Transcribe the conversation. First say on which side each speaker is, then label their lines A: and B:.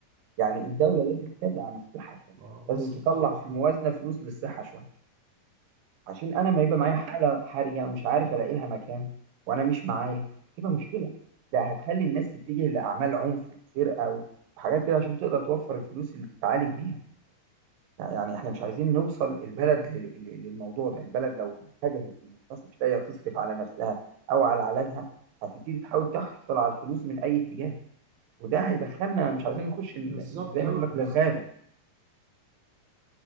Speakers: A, on the right; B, on the right.
A: يعني الدوله لازم تبعد عن الصحه شويه
B: آه،
A: لازم
B: وصلت
A: تطلع
B: اه
A: في الموازنه فلوس للصحه شويه عشان انا ما يبقى معايا حاله حرجه ومش عارف الاقي لها مكان وانا مش معايا هتبقى مشكله ده هتخلي الناس تتجه لاعمال عنف وسرقه و- وحاجات كده عشان تقدر توفر الفلوس اللي تتعالج بيها يعني احنا مش عايزين نوصل البلد ل- ل- للموضوع ده البلد لو اتجهت ان الناس مش لاقيه تصرف على نفسها او على علاجها هتبتدي تحاول تحصل على الفلوس من اي اتجاه وده هيدخلنا مش عايزين نخش ال-
B: بالظبط
A: ال- زي ما
B: ايوه
A: بيقول لك
B: بالظبط
A: للغابه